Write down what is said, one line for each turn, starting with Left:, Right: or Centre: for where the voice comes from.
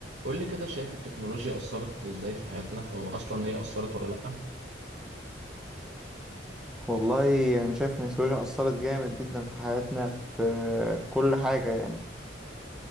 Right: قول لي كده شايف التكنولوجيا أثرت إزاي في حياتنا أو أصلا إيه أثرت ولا لأ؟
Centre: والله انا يعني شايف ان التكنولوجيا اثرت جامد جدا في حياتنا في في كل حاجه يعني